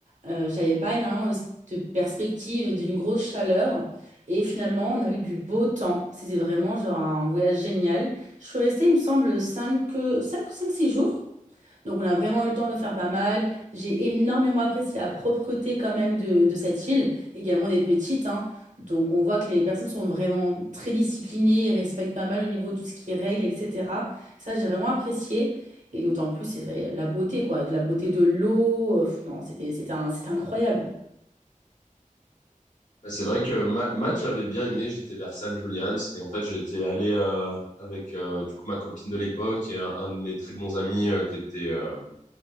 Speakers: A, on the right; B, on the left.
A: Euh, j'avais pas énormément de, de perspective d'une grosse chaleur. Et finalement, on a eu du beau temps. C'était vraiment genre un voyage génial. Je suis restée, il me semble, 5 euh, 5 5 6 jours. Donc, on a vraiment eu le temps de faire pas mal. J'ai énormément apprécié la propreté quand même de, de cette île, également des petites, hein. Donc, on voit que les personnes sont vraiment très disciplinées, et respectent pas mal au niveau de tout ce qui est règles, etc. Ça, j'ai vraiment apprécié. Et d'autant plus, c'est vrai, la beauté, quoi, de la beauté de l'eau. euh, pff, non, c'était, c'était un- c'était incroyable.
B: Bah, C'est vrai que Ma- Malte, j'avais bien aimé. J'étais vers San Julian's et en fait, j'étais allé euh, avec euh, du coup ma copine de l'époque et un, un de mes très bons amis euh, qui était euh,